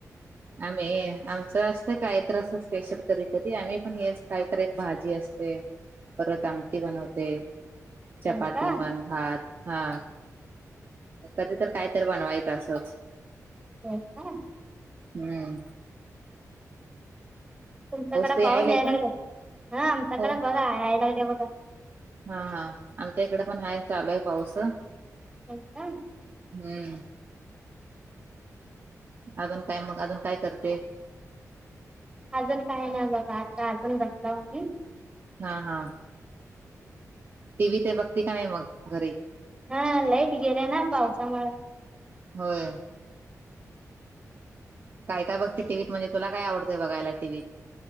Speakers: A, on the right; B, on the right.
A: आमचं असत स्पेशल कधीतरी आम्ही पण हेच काहीत एक भाजी असते. परत आमटी बनवते चपाती
B: होय का
A: मन भात हा. कधी तर काय तर बनवायचं असच.
B: हो ह.
A: हम्म.
B: तुमच्याकडे
A: ते
B: पाऊस
A: यायलाय
B: यायला
A: का
B: लागला ह आमच्याकडें
A: हो
B: बघा यायला लागले बघा.
A: हा हा आमच्या इकडे पण हाय चालू आहे पाऊस.
B: हा.
A: हम्म. अजून काय मग अजून काय करते.
B: अजून काय ना बघा आता अजून बसला मी
A: हा हा टी व्ही ते बघते का नाही मग घरी
B: हा लाईट गेलेय ना पावसामुळे
A: होय काय बघते टीवीत म्हणज तुला काय आवतय बघायलाीव्त